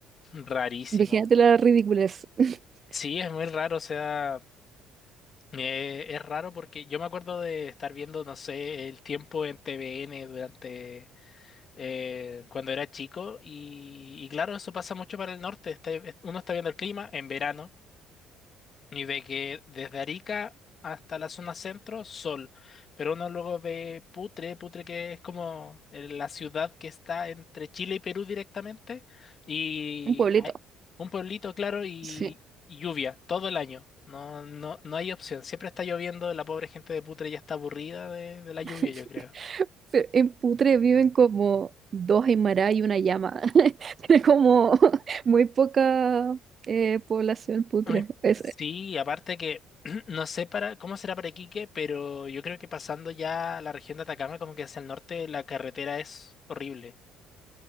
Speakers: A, on the left; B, on the right.
A: Rarísimo.
B: Imagínate la ridiculez. <laughs>
A: Sí, es muy raro, o sea, eh, es raro porque yo me acuerdo de estar viendo, no sé, el tiempo en TVN durante eh, cuando era chico y, y claro, eso pasa mucho para el norte, está- uno está viendo el clima en verano y ve que desde Arica hasta la zona centro, sol. Pero uno luego ve Putre, Putre que es como eh, la ciudad que está entre Chile y Perú directamente, y
B: Un pueblito.
A: hay un pueblito, claro, y,
B: Sí.
A: y lluvia todo el año. No, no, no hay opción. Siempre está lloviendo, la pobre gente de Putre ya está aburrida de, de la lluvia,
B: <laughs>
A: yo creo.
B: Pero en Putre viven como dos Aymara y una llama. <laughs> Tiene como <laughs> muy poca eh, población Putre.
A: Me-
B: Es-
A: Sí, aparte que <clears throat> no sé para cómo será para Iquique, pero yo creo que pasando ya a la región de Atacama, como que hacia el norte, la carretera es horrible.